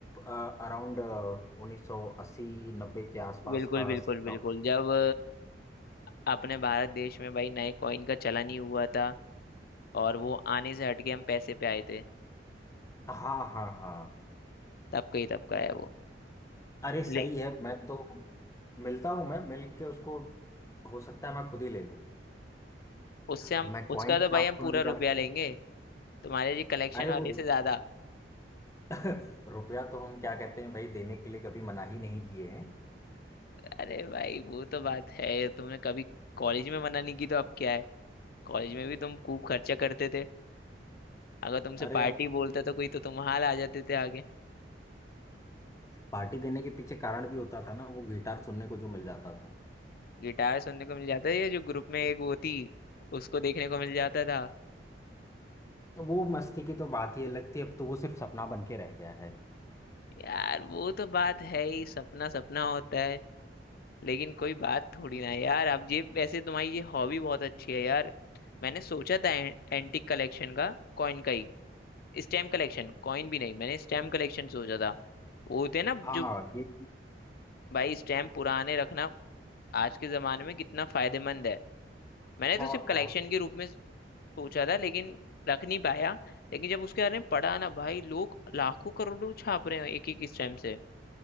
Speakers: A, on the left; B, on the left.
A: अराउंड उन्नीस सौ अस्सी नब्बे के आसपास
B: बिल्कुल
A: का
B: बिल्कुल
A: सिक्का
B: बिल्कुल
A: होगा
B: जब अपने भारत देश में भाई नए कॉइन का चलन ही हुआ था और वो आने से हटके हम पैसे पे आए थे
A: हाँ हाँ हाँ
B: तब का ही तब का है वो
A: अरे सही
B: ले
A: है मैं तो मिलता हूँ मैं मिल के उसको हो सकता है मैं खुद ही ले लूँ
B: उससे हम
A: अब मैं कॉइन
B: उसका तो
A: का
B: भाई
A: नाम
B: हम
A: सुन
B: पूरा
A: लिया
B: रुपया
A: तो
B: लेंगे तुम्हारे जी कलेक्शन
A: अरे
B: वाले
A: वो
B: से ज्यादा
A: <laughs> रुपया तो हम क्या कहते हैं भाई देने के लिए कभी मना ही नहीं किए हैं
B: अरे भाई वो तो बात है तुमने कभी कॉलेज में मना नहीं की तो अब क्या है कॉलेज में भी तुम खूब खर्चा करते थे अगर तुमसे
A: अरे
B: पार्टी
A: अब
B: बोलता
A: तो
B: था कोई तो तुम हाल आ जाते थे आगे
A: पार्टी देने के पीछे कारण भी होता था ना वो गिटार सुनने को जो मिल जाता था
B: गिटार सुनने को मिल जाता है ये जो ग्रुप में एक वो थी उसको देखने को मिल जाता था
A: वो मस्ती की तो बात ही अलग थी अब तो वो सिर्फ सपना बन के रह गया है
B: यार वो तो बात है ही सपना सपना होता है लेकिन कोई बात थोड़ी ना है यार अब ये वैसे तुम्हारी ये हॉबी बहुत अच्छी है यार मैंने सोचा था एं, एंटिक कलेक्शन का कॉइन का ही स्टैम्प कलेक्शन कॉइन भी नहीं मैंने स्टैम्प कलेक्शन सोचा था वो होते हैं ना
A: हाँ
B: जो
A: ये
B: भाई स्टैम्प पुराने रखना आज के जमाने में कितना फायदेमंद है मैंने
A: बहुत
B: तो सिर्फ कलेक्शन
A: बहुत
B: के रूप में सोचा था लेकिन रख नहीं पाया लेकिन जब उसके बारे में पढ़ा ना भाई लोग लाखों करोड़ों छाप रहे हैं एक एक स्टैम्प से